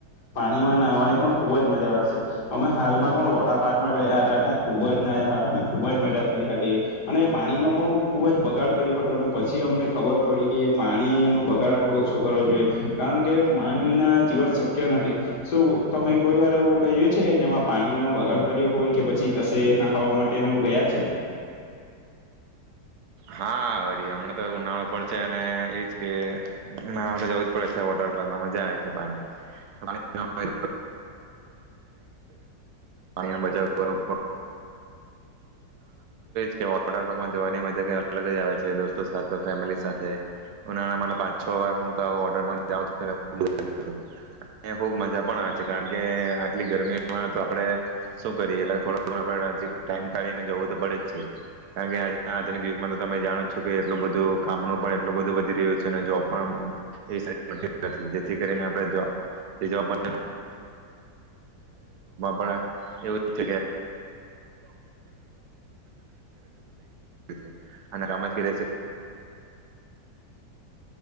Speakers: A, on the left; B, on the right.
A: પાણીમાં નાહવાની પણ ખુબ જ મજા આવે છે, અમે હાલમાં પણ વોટર પાર્કમાં ગયા હતા ત્યાં ખુબ જ નાયા હતા અને ખુબ જ મજા કરી હતી, અને પાણીનો પણ ખુબ જ બગાડ કર્યો હતો. પછી અમને ખબર પડી કે પાણીનો બગાડ આપડો ઓછો કરવો જોઈએ, કારણ કે પાણીના જીવન શક્ય નથી. શું તમે કોઈ વાર એવું કર્યું છે જેમાં પાણીનોો બગાડ કર્યો હોય કે? પછી કશે ના ખાવા માટે ગયા છે.
B: હા વળી અમણા તો ઉનાળો પણ છે અને એજ કે ના માટે જવું જ પડે છે વોટર પાર્કમાં મજા આવે છે, પાણી પાણી ન બચાવ <unintelligible> વોટરપાર્કમાં જવાની મજા જ અલગ અલગ જ આવે છે દોસ્તો સાથ ફેમિલી સાથે, હું નાના મારા પાંચ છ વાર હું તો ઓડ જાઉં છું, ખુબ મજા પણ આવે છે, કારણકે આટલી ગરમીમાં તો આપણે શું કરીએ એટલે થોડા પડ્યા છે ટાઈમ કાઢીને જવો તો પડે જ છે, કારણ કે આજના આધુનિક યુગમાં તો તમે જાણો છો કે એટલું બધું કામનું પણ એટલું બધું વધી રહ્યું છે અને જોબ પણ એ, જેથી કરી અને જોબમાં પણ એવું જ કે <unintelligible> એન તમે લાગે